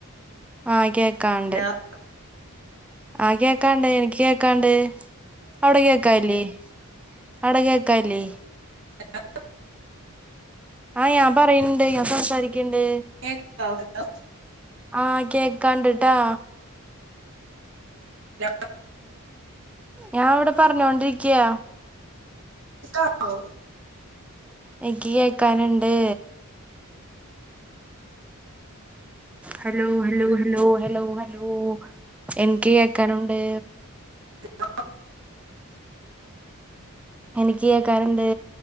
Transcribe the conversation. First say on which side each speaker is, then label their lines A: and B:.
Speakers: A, in the centre; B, on the right (about 55°).
A: ആഹ് കേക്കാണ്ട്
B: ഹലോ
A: ആഹ് കേക്കാണ്ട് എനിക്ക് കേക്കാണ്ട് അവിടെ കേക്കാൻല്ലേ ആടകേക്കൻല്ലെ?
B: ഹലോ
A: ആഹ് ഞാൻ പറയ്ണ്ട് ഞാൻ സംസാരിക്കണ്ട്
B: കേക്കാവോ ഹലോ
A: ആഹ് കേക്കാണ്ട്ട്ടാ
B: ഹലോ
A: ഞാൻ വിടെ പർഞ്ഞോണ്ടിരിക്കാ
B: ക്കാ ഓ
A: എനിക്ക് കേക്കാനുണ്ട്. Hello hello hello hello hello എനികി കേക്കാനുണ്ട്.
B: ഹലോ
A: എനിക്ക് കേക്കാന്ണ്ട്